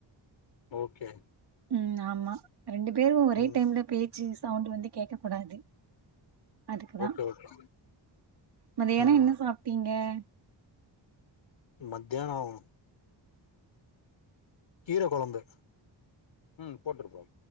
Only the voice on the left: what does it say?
ஓகே
ம்
ஓகே ஓகே
ம்
மத்தியானம் கீரை குழம்பு ம் போற்றுப்பா